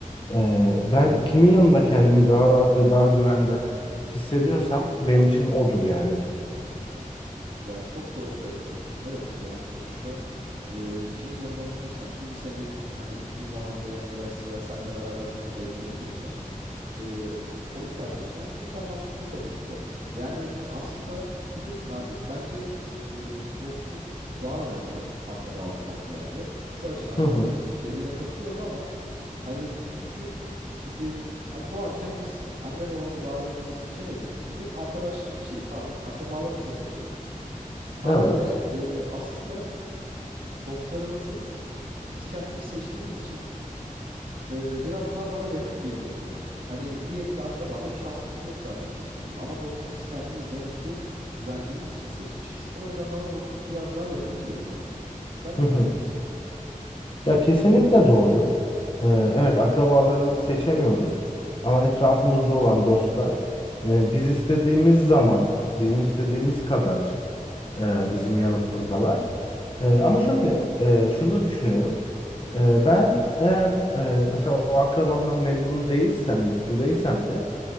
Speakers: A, on the left (about 40°); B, on the right (about 80°).
A: ee, ben kimin yanında kendimi daha rahat ve daha güvende hissediyorsam benim için odur yani.
B: Ya çok doğru söylüyorsun. Evet yani sonuçta e, kimin yanında mutluysan, kim seni hani üzgün zamanda yanındaysa, seninle beraber gülüp eğlenebiliyorsa e, onu tercih etmen çok daha mantıklı tabii ki de. Yani aslında biliyorsun abi bence e, dostluk daha önemli akrabalıktan ziyade. Şu açıdan
A: Hı
B: söylüyorum.
A: hı,
B: Dediğine katılıyorum ama hani çünkü şimdi Abi doğarken biz anne babamızı, ailemizi seçemediğimiz gibi arkadaş şey pardon akrabalarımızı da seçemiyoruz. Haliyle
A: evet.
B: e, aslında dostlarımızı biz kendimiz seçtiğimiz için e, biraz daha bana yakın geliyor onlar. Hani diğerinde akrabada bir şansımız yok zaten seçme gibi ama dostu biz kendimiz demek ki güvendiğimiz için seçmişiz. O yüzden bana dostluk biraz daha yakın geliyor. Sen
A: Hı
B: ne
A: hı.
B: düşünüyorsun?
A: Ya kesinlikle doğru. Ee, evet akrabalarımızı seçemiyoruz ama etrafımızda olan dostlar e, biz istediğimiz zaman, bizim istediğimiz kadar e, bizim yanımızdalar. E, ama şöyle, e, şunu da düşünüyorum. E, ben eğer e, mesela o akrabamdan memnun değilsem, mutlu değilsem de